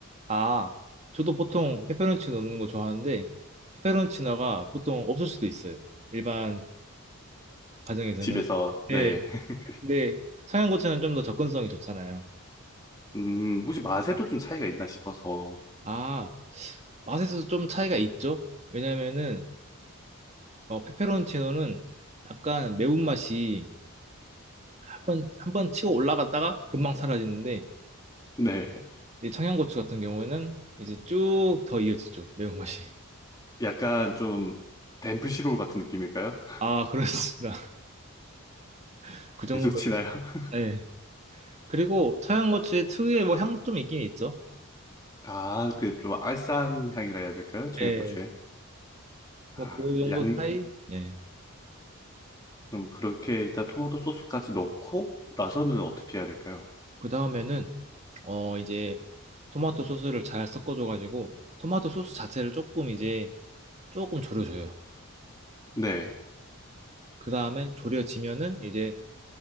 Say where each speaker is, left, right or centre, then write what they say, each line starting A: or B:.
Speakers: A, on the right (about 30°); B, on the left (about 15°).
A: 아, 저도 보통 페페론치노 넣는 거 좋아하는데 페페론치노가 보통 없을 수도 있어요. 일반 가정에서는.
B: 집에서 네.
A: 네.
B: <laughs>
A: 근데 청양고추는 좀 더 접근성이 좋잖아요.
B: 음 혹시 맛에도 좀 차이가 있나 싶어서
A: 아, 맛에서도 좀 차이가 있죠? 왜냐면은 어, 페페론치노는 약간 매운맛이 한 번, 한 번 치고 올라갔다가 금방 사라지는데
B: 네.
A: 이 청양고추 같은 경우에는 이제 쭉 더 이어지죠. 매운맛이.
B: 약간 좀 덴프시롤 같은 느낌일까요? <laughs>
A: 아, 그렇습니다. <laughs> 그 정도.
B: 계속 치나요? <laughs>
A: 네. 그리고 청양고추의 특유의 뭐 향도 좀 있긴 있죠.
B: 아 그 좀 알싸한 향이라 해야 될까요? 청양고추에
A: 네. 뭐
B: 아
A: 그 정도
B: 양
A: 차이? 예.
B: 그럼 그렇게 일단 토마토 소스까지 넣고 나서는 어떻게 해야 될까요?
A: 그 다음에는 어 이제 토마토 소스를 잘 섞어줘가지고 토마토 소스 자체를 조금 이제 조금 졸여줘요.
B: 네.
A: 그 다음에 졸여지면은 이제